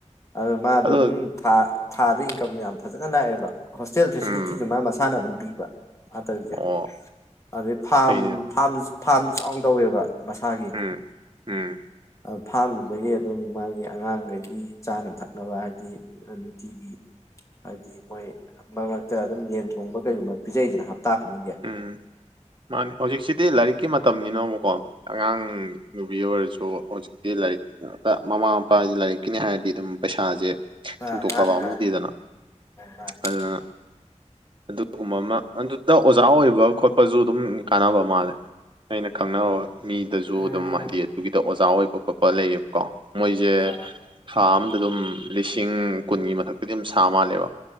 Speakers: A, on the left; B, on the right.
A: ꯑꯗꯨ ꯃꯥꯗꯣ
B: ꯑꯗꯣ
A: ꯑꯗꯨꯝ ꯊꯥ ꯊꯥꯗ ꯏꯟꯀꯝ ꯌꯥꯝ ꯐꯖꯅ ꯂꯥꯛꯑꯦꯕ ꯍꯣꯁꯇꯦꯜ ꯐꯦꯁꯤꯂꯤꯇꯤꯁꯨ
B: ꯎꯝ
A: ꯃꯥ ꯃꯁꯥꯅ ꯑꯗꯨꯝ ꯄꯤꯕ ꯃꯥꯇꯕꯤꯗ
B: ꯑꯣ
A: ꯑꯗꯩ ꯐꯥꯔꯝ
B: ꯐꯩꯅꯦ
A: ꯐꯥꯝ ꯐꯥꯔꯝꯗ ꯆꯥꯎꯅ ꯇꯧꯋꯦꯕ ꯃꯁꯥꯒꯤ
B: ꯎꯝ ꯎꯝ
A: ꯑ ꯐꯥꯝꯗꯨꯗꯒꯤ ꯑꯗꯨꯝ ꯃꯥꯒꯤ ꯑꯉꯥꯡꯈꯩꯒꯤ ꯆꯥꯅ ꯊꯛꯅꯕ ꯍꯥꯏꯗꯤ ꯅꯨꯡꯇꯤꯒꯤ ꯍꯥꯏꯗꯤ ꯃꯣꯏ ꯃꯔꯛ ꯃꯔꯛꯇ ꯑꯗꯨꯝ ꯌꯦꯟ ꯊꯣꯡꯕ ꯀꯩꯒꯨꯝꯕ ꯄꯤꯖꯩꯗꯅ ꯍꯥꯞ ꯇꯥꯈꯕꯤꯒꯦ
B: ꯎꯝ ꯃꯥꯅꯦ ꯍꯧꯖꯤꯛꯁꯤꯗꯤ ꯂꯥꯏꯔꯤꯛꯀꯤ ꯃꯇꯝꯅꯤꯅꯣꯕꯀꯣ ꯑꯉꯥꯡ ꯅꯨꯨꯕꯤꯌꯨ ꯑꯗꯨ ꯑꯣꯏꯔꯁꯨ ꯍꯧꯖꯤꯛꯇꯤ ꯂꯥꯏꯔꯤꯛ ꯃꯃꯥ ꯃꯄꯥꯁꯤꯦ ꯂꯥꯏꯔꯤꯛꯀꯤꯅꯤ ꯍꯥꯏꯔꯗꯤ ꯑꯗꯨꯝ ꯄꯩꯁꯥꯁꯦ
A: ꯑꯥ
B: ꯊꯤꯡꯇꯣꯛꯄꯕ
A: ꯃꯥꯅꯦ
B: ꯑꯃꯨꯗꯦꯗꯅ
A: ꯃꯥꯅꯦ ꯃꯥꯅꯦ
B: ꯑꯗꯨꯅ ꯑꯗꯨꯒꯨꯝꯕ ꯑꯃ ꯑꯗꯨ ꯇ ꯑꯣꯖꯥ ꯑꯣꯏꯕ ꯈꯣꯠꯄꯁꯨ ꯑꯗꯨꯝ ꯀꯥꯟꯅꯕ ꯃꯥꯜꯂꯦ ꯑꯩꯅ ꯈꯪꯔꯒ ꯃꯤꯗꯁꯨ
A: ꯎꯝ
B: ꯑꯗꯨꯝ ꯍꯥꯏꯗꯤ ꯑꯗꯨꯒꯤꯗꯣ ꯑꯣꯖꯥ ꯑꯣꯏꯣꯏ ꯄꯄꯄ ꯂꯩꯀꯣ ꯃꯣꯏꯁꯦ
A: ꯑꯥ
B: ꯊꯝ ꯑꯗꯨꯝ ꯂꯤꯁꯤꯡ ꯀꯨꯟꯒꯤ ꯃꯊꯛꯇꯗꯤ ꯑꯗꯨꯝ ꯁꯥ ꯃꯥꯜꯂꯦꯕ